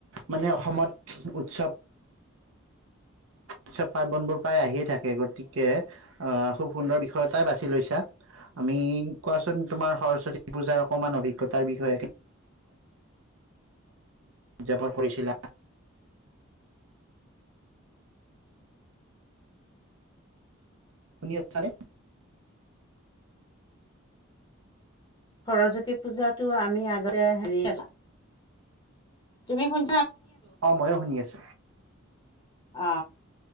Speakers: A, on the right; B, on the left.
A: মানে অসমত উৎসৱ উৎসৱ পাৰ্বনবোৰ প্ৰায় আহিয়ে থাকে গতিকে, আহ খুব সুন্দৰ বিষয় এটাই বাছি লৈছা। আমি কোৱা তোমাৰ সৰস্বতী পূজাৰ সমান অভিজ্ঞতাৰ বিষয়ে উদযাপন কৰিছিলা শুনি আছানে
B: সৰস্বতী পূজাতটো আমি আগতে হেৰি তুমি কোন
A: অ ময়ো শুনি আছো
B: অ